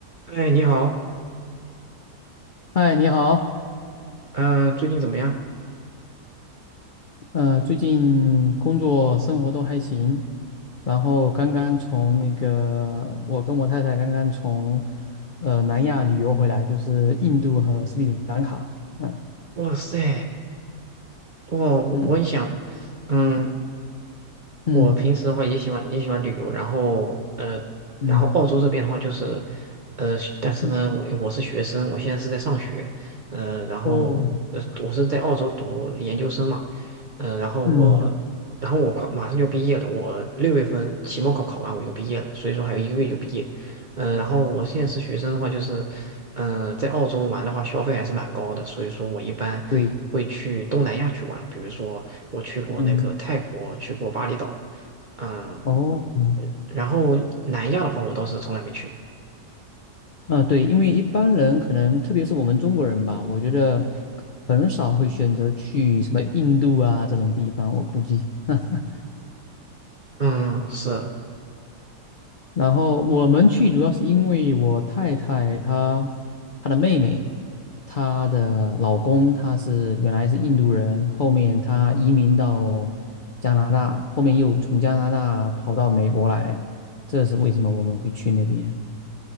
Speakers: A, on the right; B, on the left.
A: 哎，你好，
B: 嗨，你好，
A: 嗯、最近怎么样？
B: 呃，最近工作生活都还行，然后刚刚从那个，我跟我太太刚刚从，呃，南亚旅游回来，就是印度和斯里兰卡，啊，
A: 哇塞，哇，我我很想，
B: 嗯
A: 嗯，
B: 嗯
A: 我平时的话也喜欢也喜欢旅游，然后呃，
B: 嗯
A: 然后澳洲这边的话就是，呃，但是呢，
B: 嗯，
A: 我我是学生，我现在是在上学，呃，然后呃，
B: 哦，
A: 我是在澳洲读研究生嘛，嗯，然后我，
B: 嗯，
A: 然后我快马上就毕业了，我六月份期末考考完我就毕业了，所以说还有一个月就毕业，嗯，然后我现在是学生的话就是，嗯在澳洲玩的话消费还是蛮高的，所以说我一般会去东南亚去玩，
B: 对，
A: 比如说。我去过那个泰国，
B: 嗯，
A: 去过巴厘岛，嗯，
B: 哦，嗯，
A: 然后南亚的话，我倒是从来没去
B: 啊，对，因为一般人可能，特别是我们中国人吧，我觉得很少会选择去什么印度啊这种地方，我估计，<laughs>
A: 过嗯，是，
B: 然后我们去主要是因为我太太她她的妹妹，她的老公他是原来是印度人，后面他移民到加拿大，后面又从加拿大跑到美国来，这是为什么我们会去那边。